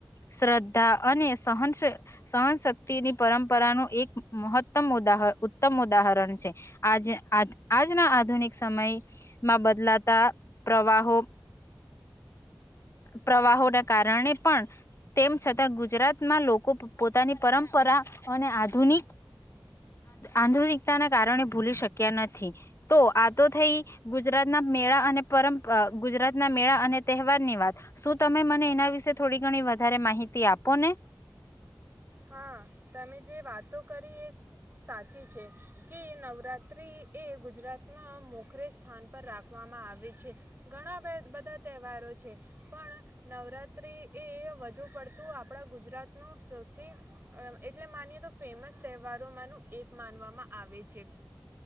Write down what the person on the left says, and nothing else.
શ્રદ્ધા અને સહન સહનશક્તિની પરંપરાનું એક મહત્તમ ઉદાહરણ ઉત્તમ ઉદાહરણ છે. આજ આજના આધુનિક સમયમાં બદલાતા પ્રવાહો પ્રવાહોના કારણે પણ તેમ છતાં ગુજરાતમાં લોકો પોતાની પરંપરા અને આધુનિક આધુનિકતાના કારણે ભૂલી શક્યા નથી, તો આ તો થઈ ગુજરાતના મેળા અને પરં ગુજરાતના મેળા અને તહેવાર ની વાત. શું તમે મને એના વિશે થોડી ઘણી વધારે માહિતી આપો ને?